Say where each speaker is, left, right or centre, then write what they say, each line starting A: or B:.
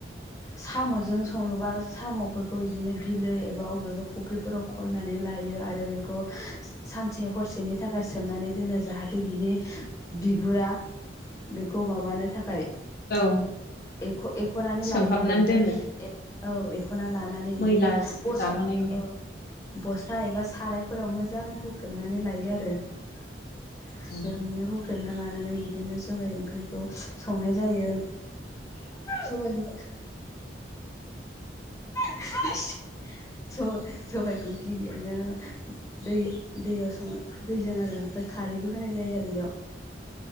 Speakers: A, on the left; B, on the left.
A: साम'जों संनोबा साम'फोरखौ बिदिनो बिलो एबा अबेबा फुख्रिफोराव खन्नानै लायो आरो बेखौ सानसे हरसेनि थाखाय सोमनानै दोनो जाहाथे बिनि बिगुरा बेखौ माबानो थाखाय
B: औ
A: एख' एख'नानै
B: सोमहाबनानै
A: लायो आरो ओमफ्राय
B: दोनो
A: औ एख'ना लानानै बिदिनो
B: मैला
A: ब
B: जागानायनि
A: स्था अ बस्था एबा साराय फोराव मोजाङै हुख्रेबनानै लायो आरो ओमफ्राय
B: औ
A: बिदिनो हुख्रेबना लानानै बिदिनो सबाइ ओंख्रिखौ संनाय जायो सबाइखौ <unintelligible> स सबायाइखौ गिबिनो दै दैयाव सङो दैजों आरो ओमफ्राय खारैबो होनाय जायो आरो इयाव